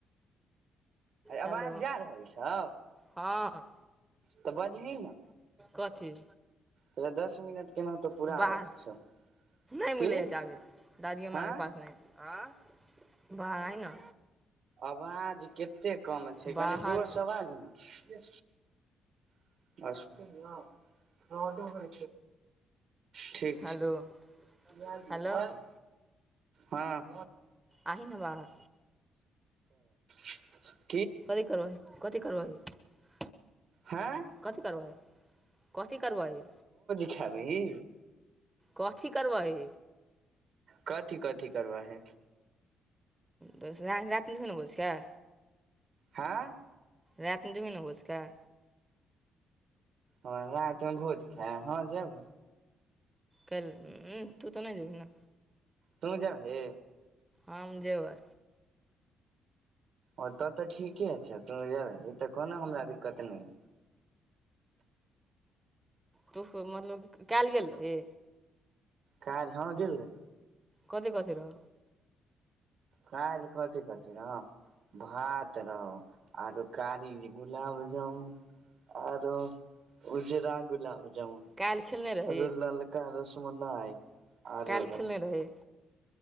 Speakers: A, on the right; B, on the right.
A: अरे आवाज
B: हेलो
A: जा रहल छौ
B: हँ
A: तऽ बजही ने
B: कथी
A: तोरा दस मिनट केनाहुतो पूराबक
B: बाहर
A: छौ
B: नहि मिलै
A: की
B: यै चाही दादी अम्मा
A: हँ
B: के पास नहि है आं बाहर आहीं ने
A: आवाज कतेक कम छै
B: बाहर
A: कनी जोरसे बाज ने एगो बात कहियो ओटो मे ठीक
B: हेलो
A: झा जी
B: हेलो
A: छल हाँ
B: आही ने बाहर
A: <unintelligible>
B: कथी करबही कथी करबही
A: हँ
B: कथी करबही की करबही
A: खेबिही
B: कथी करबही
A: कथि कथि करवही
B: दस रात रातिमे ने भोज खैऽ
A: हाँ
B: रातिमे जेबही ने भोज खाय
A: हाँ रातमे भोज खाय हाँ जैब
B: काल्हि तू तऽ नहि जेबही ने
A: तूं जा ही
B: हम जेबै
A: ओ तब तऽ ठीके छै तू जेबही तऽ कोनो हमरा दिक्कत नहि
B: तू मतलब कयल गेल रही
A: काज हाँ गेल रहय
B: कथी कथी रहो
A: काल्हि कथी कथी रहौ भात रहौ आरो कारी गुलाब जामुन आरो उजरा गुलाब जामुन
B: काल्हि खेलने रही
A: आरो ललका रसमलाई आरो
B: काल्हि
A: रहौ
B: खेलने रही